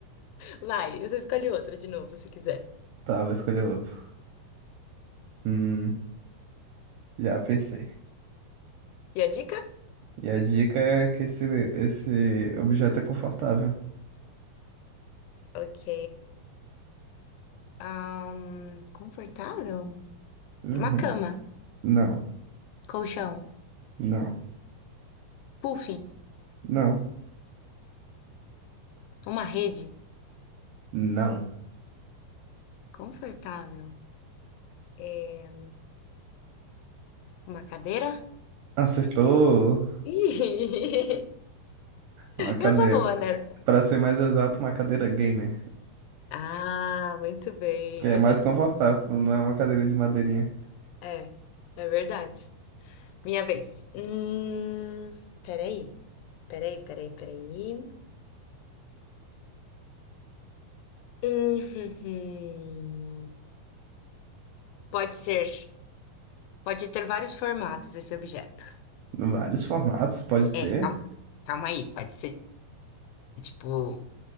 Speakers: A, on the left; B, on the right.
A: Vai, você escolhe outro de novo, se quiser.
B: Tá, vou escolher outro. Hum, já pensei.
A: E a dica?
B: E a dica é que esse, esse objeto é confortável.
A: Ok. Ahn, confortável?
B: Uhum.
A: Uma cama.
B: Não,
A: Colchão.
B: não,
A: Puff,
B: não,
A: uma rede
B: não.
A: confortável. É, uma cadeira?
B: Acertou
A: Ih, <laughs>
B: uma cadeira.
A: eu sou boa, né?
B: Para ser mais exato, uma cadeira gamer,
A: Ah, muito bem.
B: que é mais confortável,
A: <laughs>
B: não é uma cadeira de madeirinha.
A: É, é verdade. Minha vez. Hum, peraí, peraí, peraí, peraí. Hum, <laughs> Pode ser, pode ter vários formatos esse objeto.
B: Vários formatos pode ter.
A: É, calma, calma aí, pode ser tipo